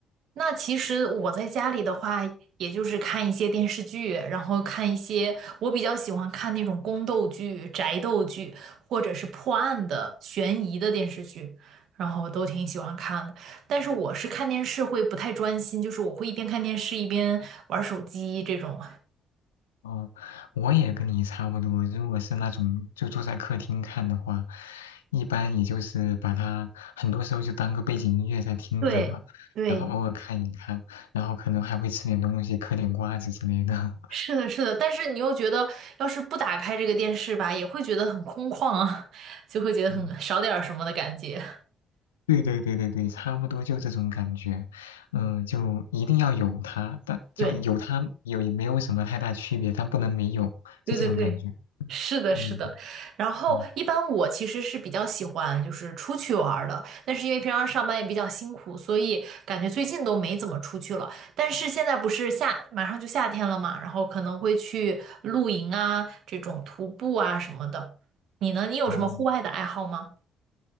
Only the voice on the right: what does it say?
那其实我在家里的话，也就是看一些电视剧，然后看一些我比较喜欢看那种宫斗剧、宅斗剧，或者是破案的、悬疑的电视剧，然后都挺喜欢看的。但是我是看电视会不太专心，就是我会一边看电视一边玩手机这种。
对对，
是的，是的。但是你又觉得，要是不打开这个电视吧，也会觉得很空旷啊，<laughs> 就会觉得很少点儿什么的感觉。
对
对对对，
是的，
是的。然后一般我其实是比较喜欢就是出去玩儿的，
但是因为平常上班也比较辛苦，所以感觉最近都没怎么出去了。但是现在不是夏，马上就夏天了嘛，然后可能会去露营啊，这种徒步啊什么的。你呢？你有什么户外的爱好吗？